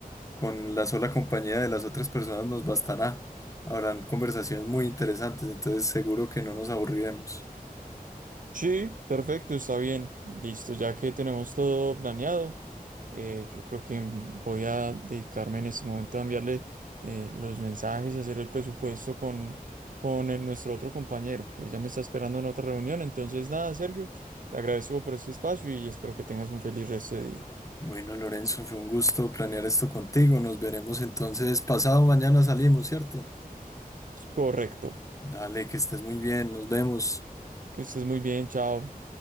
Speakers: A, on the left; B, on the right.
A: con la sola compañía de las otras personas nos bastará. Habrán conversaciones muy interesantes, entonces seguro que no nos aburriremos.
B: Sí, perfecto, está bien. Listo, ya que tenemos todo planeado, eh, yo creo que mm, voy a dedicarme en este momento a enviarle eh, los mensajes y hacer el presupuesto con, con el- nuestro otro compañero, que ya me está esperando en otra reunión. Entonces, nada, Sergio, te agradezco por este espacio y espero que tengas un feliz resto de día.
A: Bueno, Lorenzo, fue un gusto planear esto contigo. Nos veremos entonces pasado mañana salimos, ¿cierto?
B: Correcto,
A: Dale, que estés muy bien, nos vemos.
B: que estés muy bien, chao.